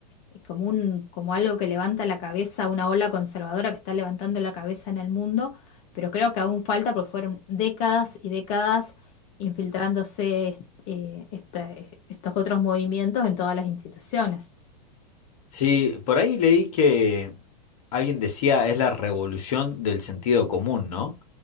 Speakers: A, on the left; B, on the left.
A: eh, como un, como algo que levanta la cabeza, una ola conservadora que está levantando la cabeza en el mundo, pero creo que aún falta porque fueron décadas y décadas infiltrándose eh, esta- eh, estos otros movimientos en todas las instituciones.
B: Sí, por ahí leí que alguien decía es la revolución del sentido común, ¿no?